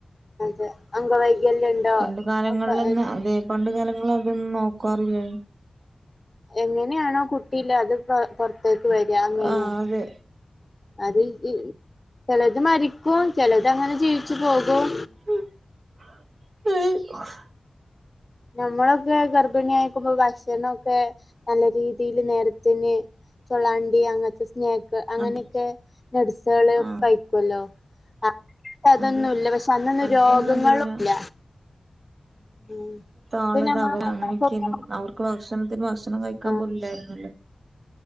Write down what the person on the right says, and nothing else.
പണ്ട് കാലങ്ങളിലൊന്നു
അതെ പണ്ട് കാലങ്ങളിൽ അതൊന്നും നോക്കാറില്ലെ.
ആഹ് അതെ
ഹ് ഹ് <unintelligible>
അതെ
ആഹ്
അതെ
പണ്ടൊന്നും
അതില്ല
ആളത്
അവര്
അങ്ങനെയൊക്കെയായിരുന്നു അവർക്ക് ഭക്ഷണത്തിന് ഭക്ഷണം കഴിക്കാപോലില്ലായിന്നല്ലോ